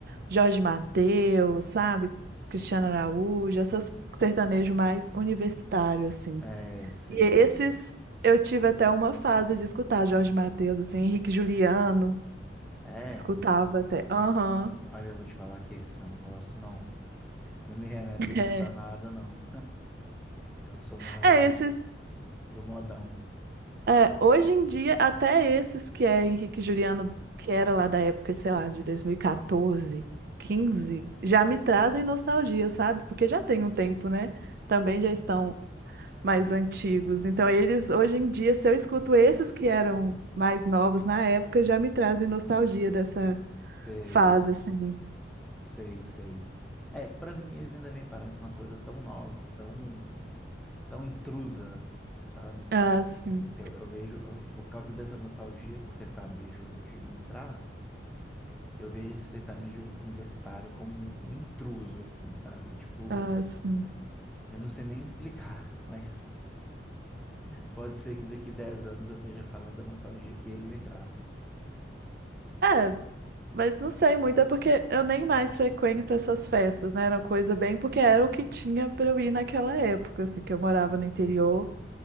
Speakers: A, on the right; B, in the centre.
A: Jorge Mateus, sabe? Cristiano Araújo, essas sertanejo mais universitário assim.
B: É, sei
A: E
B: bem.
A: esses eu tive até uma fase de escutar Jorge Mateus, assim, Henrique Juliano.
B: É,
A: Escutava
B: e
A: até. Aham. <laughs>
B: olha, eu vou te falar que esses eu não gosto, não. Não me remetem muito
A: É.
B: a nada, não. Eu sou mais
A: É, esses.
B: do modão.
A: é, hoje em dia, até esses que é Henrique e Juliano, que era lá da época, sei lá, de 2014, 15 já me trazem nostalgia, sabe? Porque já tem um tempo, né? Também já estão mais antigos. Então, eles, hoje em dia, se eu escuto esses que eram mais novos na época, já me trazem nostalgia dessa
B: Sei,
A: fase, assim.
B: sei, sei. É, pra mim eles ainda me parecem uma coisa tão nova, tão, tão intrusa, sabe?
A: Ah, sim.
B: Eu, eu vejo, eu- por causa dessa nostalgia que o sertanejo antigo me traz, Eu vejo esse sertanejo universitário como um um intruso, assim, sabe? Tipo,
A: Ah, sim.
B: eu não sei nem <laughs> explicar, mas pode ser que daqui 10 anos eu esteja falando da nostalgia que ele me traz.
A: É, mas não sei muito, é porque eu nem mais frequento essas festas, né? Era coisa bem porque era o que tinha pra eu ir naquela época, assim, que eu morava
B: Sim.
A: no interior.